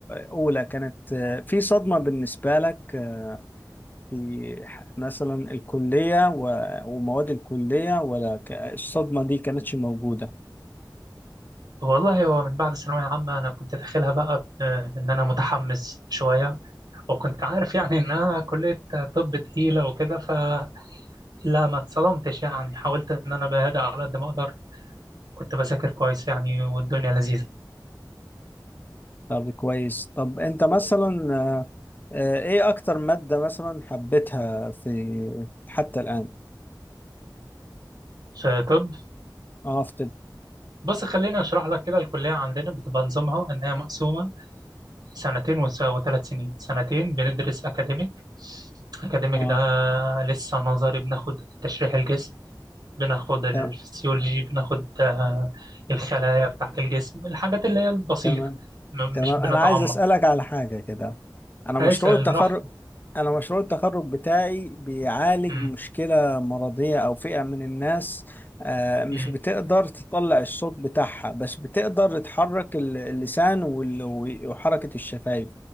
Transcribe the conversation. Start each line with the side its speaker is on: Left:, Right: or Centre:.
Left: اولى كانت آه، في صدمة بالنسبة لك آه، في ح- مثلا الكلية و- ومواد الكلية ولا ك- الصدمة دي كانتش موجودة
Right: والله هو من بعد ثانوية عامة أنا كنت داخلها بقى ب- آه، إن أنا متحمس شوية وكنت عارف يعني انها كلية طب تقيلة وكده فلا ما اتصدمتش يعني حاولت ان انا بهدأ على قد ما اقدر كنت بذاكر كويس يعني والدنيا لذيذة
Left: طب كويس طب انت مثلا آه، آه، ايه اكتر مادة مثلا حبيتها في حتى الآن
Right: في طب
Left: اه في طب
Right: بص خليني اشرح لك كده الكلية عندنا بتبقى نظامها ان هي مقسومة سنتين وثلاث سنين سنتين بندرس اكاديميك اكاديميك
Left: اه
Right: ده لسه نظري بناخد تشريح الجسم بناخد الفسيولوجي
Left: ت-
Right: بناخد آه، الخلايا بتاعت الجسم الحاجات اللي هي البسيطة
Left: تمام
Right: م-
Left: تمام
Right: مش بنتعمق
Left: انا عايز اسالك على حاجه كده انا مشروع
Right: اسأل
Left: التخرج
Right: براحتك
Left: انا مشروع التخرج بتاعي بيعالج
Right: مم.
Left: مشكله مرضيه او فئه من الناس آه، مش
Right: مم.
Left: بتقدر تطلع الصوت بتاعها بس بتقدر تحرك ال- اللسان وال- وحركه الشفايف